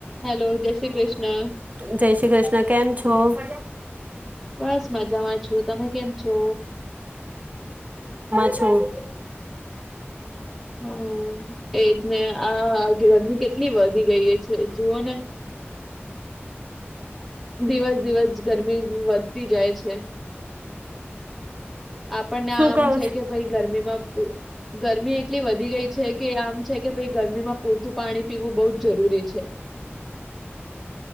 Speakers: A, in the centre; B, on the right.
A: Hello જય શ્રી કૃષ્ણ
B: જય શ્રી કૃષ્ણ કેમ છો? હ <unintelligible>
A: બસ મજામાં છું તમે કેમ છો?
B: છુ.
A: હમ એજ ને આ ગરમી કેટલી વધી ગઈ છે જુઓ ને. દિવસ દિવસ ગરમી વધતી જાય છે. આપણને
B: શું
A: આમ
B: કહો
A: છે
B: છો?
A: કે ભાઈ ગરમીમાં ગરમી એક એટલી વધી ગઈ છે કે આમ છે કે ભઈ ગરમીમાં પૂરતું પાણી પીવું બહુ જ જરૂરી છે.